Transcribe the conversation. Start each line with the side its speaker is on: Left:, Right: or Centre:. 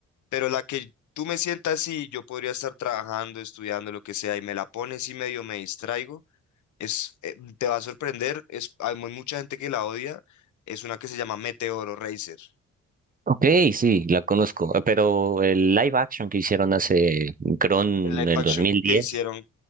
Left: pero la que tú me sientas y yo podría estar trabajando, estudiando, lo que sea y me la pones y medio me distraigo. Es, eh, te va a sorprender, es, hay mu- mucha gente que la odia, es una que se llama Meteoro Racer,
Right: Ok, sí, la conozco, eh, pero el live action que hicieron hace, creo, en
Left: el live
Right: el
Left: action
Right: 2010.
Left: que hicieron